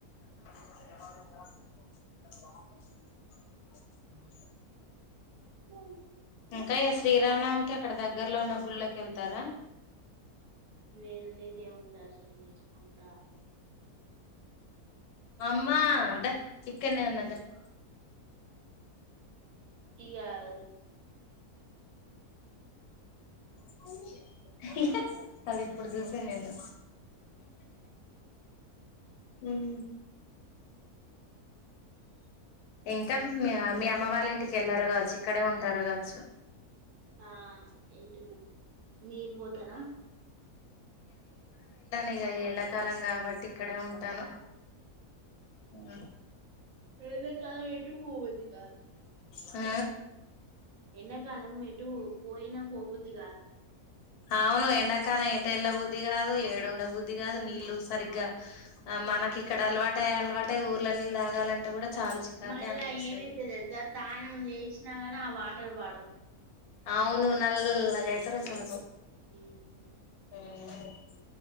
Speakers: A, on the left; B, on the right.
A: <inaudible>
B: ఉమ్
A: ఇంకా శ్రీరామనామికి అక్కడ దగ్గర్లో ఉన్న గుళ్ళకి వెళ్తారా
B: వెళ్ళి దేవుని దర్శనం చేసుకోనిడా
A: అమ్మా దా ఇక్కనే ఉన్నా దా <inaudible>
B: ఇగాల
A: అ <unintelligible> <inaudible> అది ఇప్పుడు చూసాను నిన్ను ఉం ఇంకా మీ అ మీ అమ్మ వాళ్ళ ఇంటికి ఎళ్లరా కావచ్చు ఇక్కడే ఉంటారు కావచ్చు
B: ఆ ఎటు మీరు పోతారా
A: ఇగా ఎండాకాలం కాబట్టి ఇక్కడే ఉంటాను ఉం
B: ఎండాకాలం ఎటు పో బుద్ది కాదు
A: అ
B: ఎండకాలం ఎటు పోయినా పోబుద్ధి కాదు
A: అవును ఎండాకాలం ఎటేళ్ళ బుద్ధి కాదు ఎడ ఉండబుద్ధి కాదు నీళ్ళు సరిగ్గా మన మాకి ఇక్కడ అలవాటై అలవాటై ఊర్ల నీళ్ళ తాగాలంటే కూడా చాలా చికాకే
B: మళ్ళా
A: అనిపిస్తది
B: ఏమైతది తెలుసా స్నానం చేసినా కానీ ఆ వాటర్ పడవు
A: అవును నల్లగైతారు అసలకు
B: ఉం
A: అహా <inaudible>